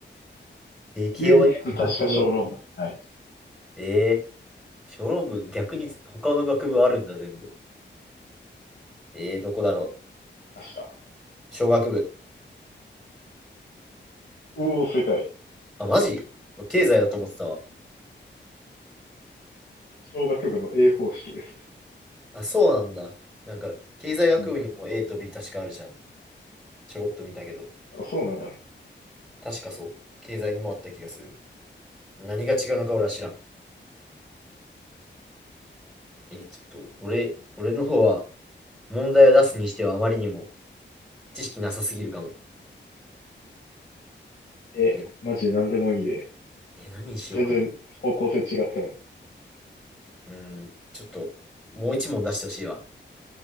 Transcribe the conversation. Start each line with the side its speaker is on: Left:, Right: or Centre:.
Centre: 理系をやる学部を。
Left: 唯一確か小論文。はい。
Centre: えー、小論文、逆に他の学部あるんだ、全部。えー、どこだろ
Left: 確か。
Centre: う。小学部。
Left: おお、正解。
Centre: あ、マジ経済だと思ってたわ。
Left: 小学部の A 方式ですね。
Centre: あ、そうなんだ。なんか、経済学部にも
Left: うん。
Centre: A と B 確かあるじゃん。ちょろっと見たけど。
Left: あ、そうなんや。
Centre: 確かそう。経済にもあった気がする。何が違うのか俺は知らん。えー、ちょっと、俺、俺の方は、問題を出すにしてはあまりにも知識なさすぎるかも。
Left: え、
Centre: えー、
Left: マジ何でもいいで。
Centre: えー何にしようかな。
Left: 全然方向性違っても。
Centre: うん、ちょっと、もう一問出してほしいわ。